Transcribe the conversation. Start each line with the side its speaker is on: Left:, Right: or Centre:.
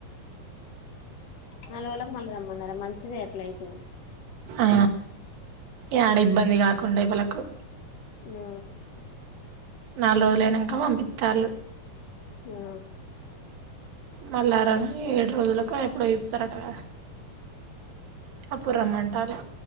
Left: నాలుగు రోజులకు మళ్ళీ రమ్మన్నారా మంచిదే ఎట్లయితే
Right: ఆ ఇగ ఆడ ఇబ్బంది కాకుండా ఎవ్వలకు
Left: ఆ
Right: నాలుగు రోజులుయినంక పంపితళ్ళు
Left: ఆ
Right: మల్లారాని ఏడు రోజులలకు ఎప్పుడో ఇపుతారట కదా అప్పుడు రమ్మంటాళ్ళు